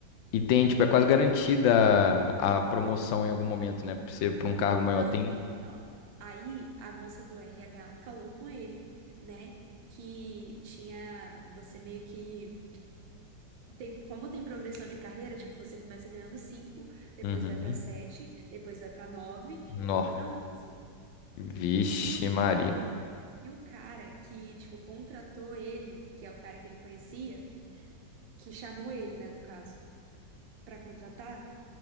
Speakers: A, on the left; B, on the right.
A: e tem, tipo, é quase garantida a, a promoção em algum momento, né? Pra ser para um cargo maior.
B: Não,
A: Tem.
B: então. Aí a moça do RH falou com ele, né? Que tinha você meio que tem, como tem progressão de carreira, tipo, você começa ganhando 5, depois
A: Uhum.
B: vai pra 7, depois vai pra 9,
A: Nó.
B: depois vai pra 11.
A: Vixe,
B: E o
A: Maria.
B: cara, e o cara que, tipo, contratou ele, que é o cara que ele conhecia, que chamou ele, né, no caso, pra contratar,